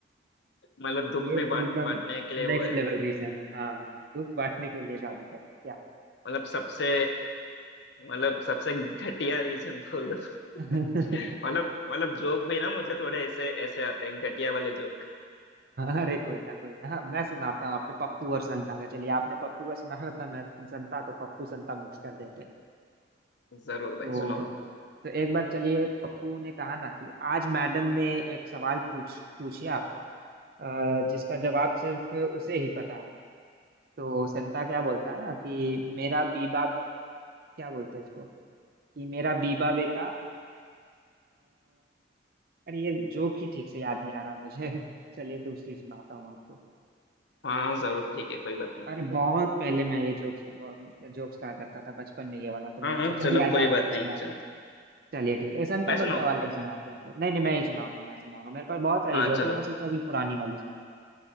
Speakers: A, on the left; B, on the right.
A: मतलब दुख
B: ये
A: भी
B: तो
A: बांट
B: एकदम
A: बांटने के लिए वो
B: नेक्स्ट
A: है
B: लेवल रीजन है हाँ दुख बांटने के लिए शादी करना क्या
A: मतलब सबसे मतलब सबसे घटिया रीजन बोल दो <laughs>
B: <laughs>
A: मतलब मतलब जोक भी ना मुझे थोड़े ऐसे ऐसे आते हैं घटिया वाले जोक
B: अरे कोई ना कोई ना मैं सुनाता हूँ आपको पप्पू और संता का चलिए आपने पप्पू का सुना था मैं संता तो पप्पू संता मिक्स कर देते हैं
A: जरूर
B: तो
A: भाई सुनाओ
B: तो एक बार चलिए पप्पू ने कहा ना कि आज मैडम ने एक सवाल पूछ पूछा अ, जिसका जवाब सिर्फ उसे ही पता है तो संता क्या बोलता है ना कि मेरा बीबा क्या बोलते हैं इसको कि मेरा बीबा बेटा अरे ये जोक ही ठीक से याद नहीं आ रहा मुझे <laughs> चलिए दूसरी सुनाता हूँ आपको
A: हाँ हाँ जरूर ठीक है कोई बात नहीं
B: अरे बहुत पहले मैं ये जोक्स जोक्स कहा करता था बचपन में ये वाला तो मैंने
A: हाँ हाँ
B: सोचा
A: चलो
B: कि आज
A: कोई
B: आपको
A: बात
B: भी सुना
A: नहीं
B: दूं।
A: सुनो
B: चलिए ठीक है संता
A: मैं सुनाऊं
B: बनता वाला ही सुनाते हैं फिर। नहीं नहीं मैं ही सुनाऊंगा मैं सुनाऊंगा मेरे पास बहुत सारी
A: हाँ
B: जोक
A: चलो
B: है मैं सोचा कि पुरानी वाली सुनाऊं